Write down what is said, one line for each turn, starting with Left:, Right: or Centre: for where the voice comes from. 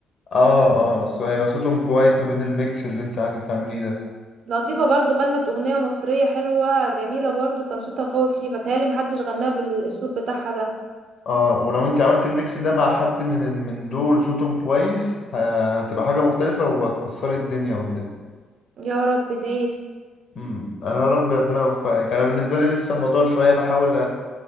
Left: اه اه سو- هيبقى صوتهم كويس ما بين الميكس اللي انت عايزة تعمليه ده
Right: لطيفة برضو غنت أغنية مصرية حلوة جميلة برضو كان صوتها قوي فيه بتهيألي محدش غناها بالأسلوب بتاعها ده
Left: اه ولو انت عملت الميكس ده مع حد من من دول صوتهم كويس ه- هتبقى حاجة مختلفة وهتكسري الدنيا قدام
Right: يا رب ديلي
Left: امم انا يا رب ربنا يوفقك انا بالنسبة لي لسه الموضوع شوية بحاول